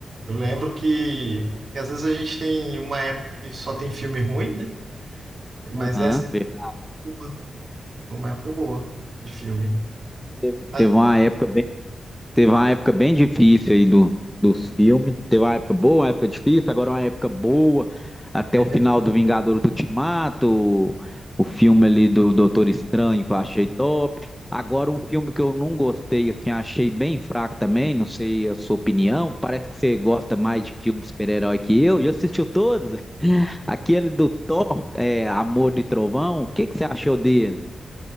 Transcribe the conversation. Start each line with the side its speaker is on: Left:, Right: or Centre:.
Right: Eu lembro que, que às vezes a gente tem uma época que só tem filme ruim, né? Mas
Centre: Aham,
Right: essa
Centre: verdade.
Right: foi uma foi uma época boa de filme.
Centre: Teve teve
Right: A-
Centre: uma época bem Teve uma época bem difícil aí do, dos filmes. Teve uma época boa, uma época difícil, agora uma época boa. Até
Right: é,
Centre: o final do Vingadores Ultimato, o, o filme ali do Doutor Estranho, que eu achei top. Agora, um filme que eu não gostei, assim, achei bem fraco também, não sei a sua opinião. Parece que você gosta mais de filme de super-herói que eu, e assistiu todos. <laughs> Aquele do Thor, é, Amor e Trovão, o que que você achou dele?